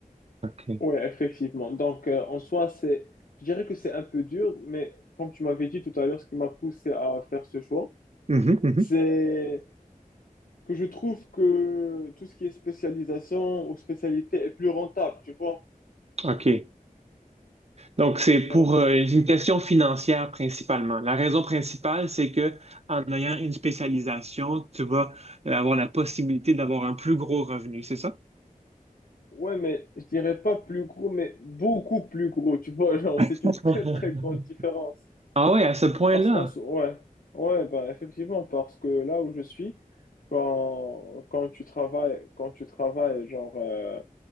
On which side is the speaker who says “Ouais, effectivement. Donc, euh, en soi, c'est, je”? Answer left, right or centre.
Left